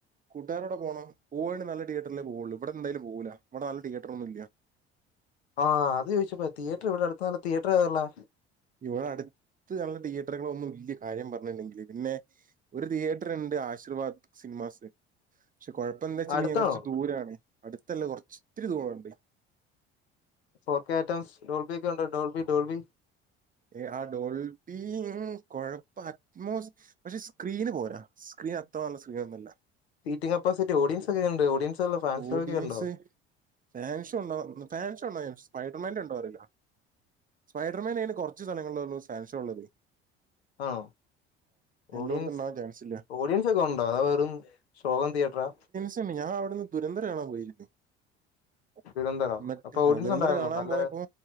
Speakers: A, on the right; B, on the left.
A: കൂട്ടാരോടെ പോണം പോവാണെങ്കി നല്ല തിയേറ്ററിലെ പോകുള്ളൂ ഇവിടെന്തായാലും പോകൂല ഇവിടെ നല്ല തിയേറ്ററൊന്നും ഇല്ല്യ
B: ആഹ് അത് ചോയിച്ചപ്പഴാതിയറ്റർ ഇവിടെടുത്ത നല്ല തീയേറ്റർ എവിടള്ളെ
A: ഇവിടെ അടുത്ത് അല്ല തിയേറ്ററുകളൊന്നുംല്യ കാര്യം പറഞ്ഞണ്ടെങ്കില് പിന്നെ ഒരു തിയേറ്റണ്ട് ആശീർവാദ് സിനിമാസ് പക്ഷെ കൊഴ.. ഇപ്പന്താച്ച
B: അടുത്താണോ
A: മീൻ കൊറച്ച് ദൂരാണ് അടുത്തല്ല കൊറച്ച് ത്തിരി ദൂരണ്ട്
B: ഫോർക്ക ഐറ്റസ് ഡോൾഫി ക്കെണ്ടൊ ഡോൾഫി ഡോൽവി
A: എഅ ഡോൽപി ഉം കുഴപ്പ അറ്റ് മോസ്റ്റ്‌ പക്ഷെ സ്ക്രീന് പോരസ്ക്രീൻ അത്ര നല്ല സ്ക്രീ നൊന്നല്ല
B: സീറ്റ് കപ്പാസിറ്റി ഓടിയൻസ്ങ്ങനെ യുണ്ട് ഓഡിയൻസ് ഉള്ള ഫാൻസ്
A: ഓഡിയൻസ്
B: ഒക്കെ ഉണ്ടോ
A: ഫാൻഷോണ്ടൊന് ഫാൻഷോ ഉണ്ടോ സ്പൈഡർമാന്റണ്ടോറില സ്പൈഡർമാനയിന് കൊറച്ച് സ്ഥലങ്ങളിളൊ ള്ളു സാൻഷോ ള്ളത്
B: ആണോ ഓഡിയൻസ്
A: എല്ലായിടത്തും ഉണ്ടാവാൻ ചാൻസ് ഇല്ല
B: ഓഡിയൻസൊക്കെ ഉണ്ടോ അതൊ വെറും ശോ കം തിയേറ്ററാ
A: <unintelligible> ഞാഅവിടുന്ന് ദുരന്തര കാണാൻ പോയിരുന്ന് <inaudible>
B: തിരുവനന്തപുരം
A: മറ്റ്
B: അപ്പൊ
A: <unintelligible>
B: ഓഡിയൻസ് ഉണ്ടായിരുന്നു
A: കാണാമ്പോയപ്പോ
B: നല്ല